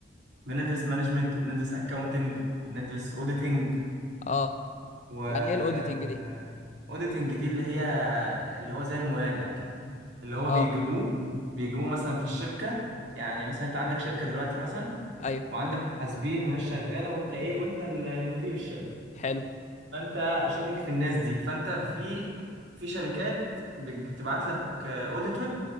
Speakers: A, on the right (about 80°); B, on the left (about 40°).
A: بندرس مانجمنت وبندرس اكاونتنج وبندرس اوديتنج
B: اه
A: و
B: يعني ايه الاوديتنج دي
A: اوديتنج دي اللي هي اللي هو زي المراجع كده اللي هو
B: اه
A: بيجيبوه بيجيبوه مثلا في الشركة يعني مثلا انت عندك شركة دلوقتي مثلا
B: ايوه
A: وعندك محاسبين وناس شغالة وانت ايه وانت المدير الشركة
B: حلو
A: فانت شاكك في الناس دي فانت في في شركات بتج- بتبعت لك اوديتور